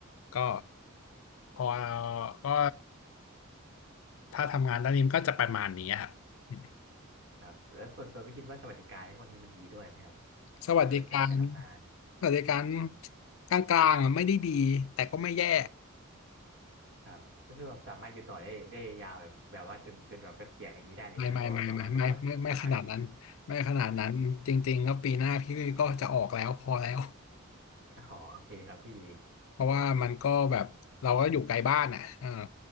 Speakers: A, on the left; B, on the right.
A: ก็พอก็ถ้าทำงานด้านนี้มันก็จะประมาณนี้ครับอืม
B: ครับแล้วส่วนตัวพี่คิดว่าสวัสดิการในพวกนี้มันดีด้วยไหมครับ
A: สวัสดิการ
B: สวัสดิการการทำงาน
A: สวัสดิการกลางๆอะไม่ได้ดีแต่ก็ไม่แย่
B: ครับก็คือแบบสามารถอยู่ต่อได้ได้ยาวแบบแบบว่าจนจนแบบเกษียณอะไรอย่างนี้ได้เลยใช่ไหมเพราะว่าแบบว่ามันก็ค่อนข้างดี
A: ไม่ไม่ไม่ไม่ไม่ไม่ไม่ไม่ขนาดนั้นไม่ขนาดนั้นจริงๆก็ปีหน้าพี่ก็จะออกแล้วพอแล้ว
B: อ๋อโอเคครับพี่
A: เพราะว่ามันก็แบบเราก็อยู่ไกลบ้านอ่ะเออ